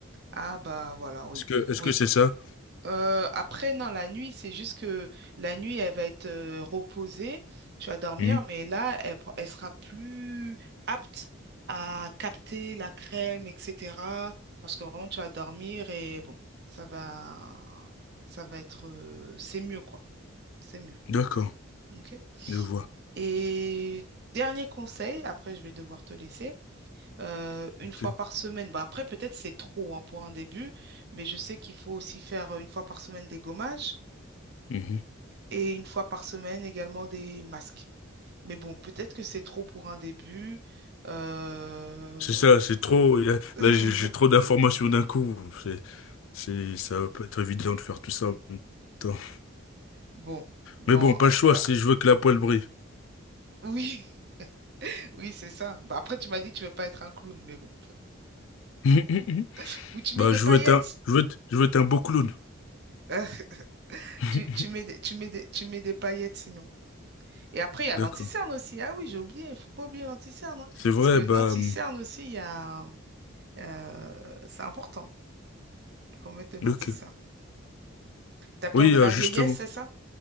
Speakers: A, on the right; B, on the left.
A: Ah bah, voilà, oui.
B: Est-ce que est-ce
A: Oui,
B: que c'est ça?
A: Euh, après, non, la nuit, c'est juste que la nuit, elle va être euh, reposée, tu vas dormir,
B: Mhm.
A: mais là, elle, va- elle sera plus apte à capter la crème, etc. Parce que vraiment, tu vas dormir et bon, ça va, ça va être, euh, c'est mieux, quoi. C'est mieux.
B: D'accord,
A: OK?
B: je vois.
A: Et dernier conseil, après, je vais devoir te laisser. euh, une
B: Ok.
A: fois par semaine, bah après peut-être c'est trop hein, pour un début, mais je sais qu'il faut aussi faire euh, une fois par semaine des gommages.
B: Mhm.
A: et une fois par semaine également des masques. Mais bon, peut-être que c'est trop pour un début. Euh,
B: C'est ça, c'est trop. il y a-
A: <laughs>
B: Là, j'ai j'ai trop d'informations d'un coup. C'est, c'est, ça va pas être évident de faire tout ça en même temps.
A: Bon, bon,
B: Mais bon, pas
A: en
B: le
A: tout
B: choix
A: cas,
B: si je veux que la poêle brille.
A: oui, <laughs> oui, c'est ça. Bah, après, tu m'as dit que tu veux pas être un clown, mais bon.
B: <laughs>
A: <laughs> Ou tu
B: Bah,
A: mets des
B: je
A: paillettes.
B: veux être un, je veux être, je veux être un beau clown.
A: Euh,
B: <laughs>
A: tu, tu mets des, tu mets des, tu mets des paillettes sinon. Et après, il y a
B: D'accord.
A: l'anti-cerne aussi. Ah oui, j'ai oublié, il faut pas oublier l'anti-cerne. hein.
B: C'est vrai,
A: Parce que l'anti-cerne
B: bah, hum,
A: aussi, il y a, euh, c'est important. Il faut mettre de l'anti-cerne.
B: ok.
A: T'as peur
B: Oui,
A: de
B: euh,
A: la
B: justement,
A: vieillesse, c'est ça?